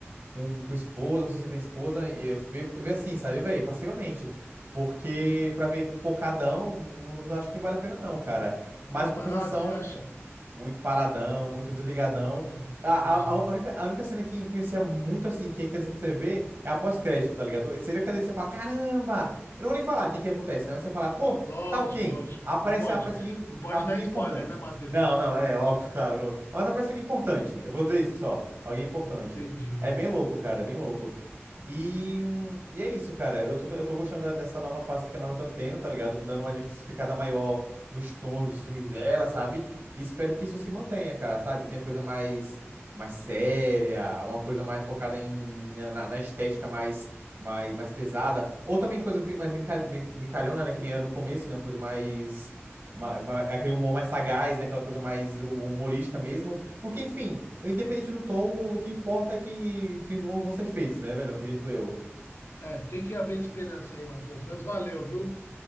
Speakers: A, on the right; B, on the left.
A: com, com esposa, não sei se você tem esposa, e eu vê, vê assim, sabe, velho, passivamente. Porque pra ver focadão, não, não acho que não vale a pena não, cara. Mas
B: Muito
A: em compensação,
B: parado, você acha?
A: muito paradão, muito desligadão.
B: Ah,
A: A,
B: entendi.
A: a, a única, a única cena que influencia muito, assim, que é interessante você ver, é a pós-crédito, tá ligado? Você vê a cadeira e você fala, caramba! Eu não vou nem falar quem que acontece, né? Você fala, pô,
B: Lógico,
A: tal quem?
B: lógico.
A: Aparece,
B: Não pode,
A: aparece alguém,
B: não pode
A: aparece
B: dar spoiler,
A: alguém importante.
B: né, Matheus?
A: Não, não, é óbvio, <laughs> claro. Mas aparece alguém importante. Eu vou dizer isso só. Alguém importante.
B: Entendi.
A: É bem louco, cara, é bem louco. E, hum, e é isso, cara. Eu tô, eu tô gostando da- dessa nova fase que a Marvel tá tendo, tá ligado? Dando uma diversificada maior nos tons dos filmes dela, sabe? E espero que isso se mantenha, cara, sabe? Tem coisa mais, mais séria, uma coisa mais focada em, na, na estética mais, mais, mais pesada. Ou também coisa brin- mais brinca, brin- brincalhona, né? Que nem era no começo, né? Uma coisa mais. ma- ma- aquele humor mais sagaz, né? Aquela coisa mais hu- humorística mesmo. Porque, enfim, independente do tom, o que importa é que filmes bons vão ser feitos, né, velho? Acredito eu.
B: É, tem que haver esperança aí, Matheus. Mas valeu, viu?